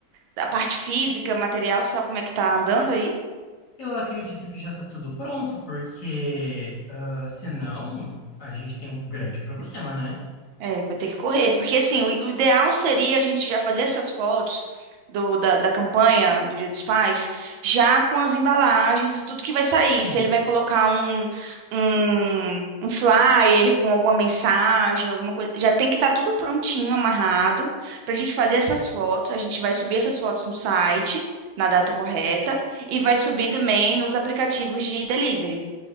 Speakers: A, on the right (about 85°); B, on the left (about 50°).
A: da parte física, material? Você sabe como é que tá andando aí?
B: Eu acredito que já está tudo pronto, porque ah, senão a gente tem um grande problema, né?
A: É, vai ter que correr, porque assim, o, o ideal seria a gente já fazer essas fotos do, da, da campanha do Dia dos Pais, já com as embalagens e tudo que vai sair.
B: Sim.
A: Se ele vai colocar um, um, um flyer com alguma mensagem, alguma coisa, já tem que estar tudo prontinho, amarrado, para a gente fazer essas fotos. A gente vai subir essas fotos no site, na data correta, e vai subir também nos aplicativos de delivery.